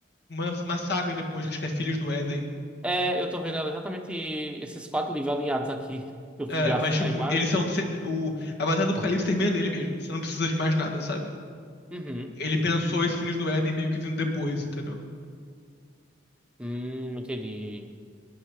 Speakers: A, on the left (about 55°); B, in the centre.
A: uma, uma saga depois, que acho que é Filhos do Éden.
B: é, eu tô vendo exatamente esses quatro livros alinhados aqui. <laughs> Eu
A: É,
B: fui ver a,
A: mas,
B: f-
A: tipo,
B: a imagem.
A: eles são. se- O, a Batalha do Apocalipse termina nele mesmo. Você não precisa de mais nada, sabe?
B: Uhum.
A: Ele pensou esse Filhos do Éden meio que vindo depois, entendeu?
B: Hum, entendi.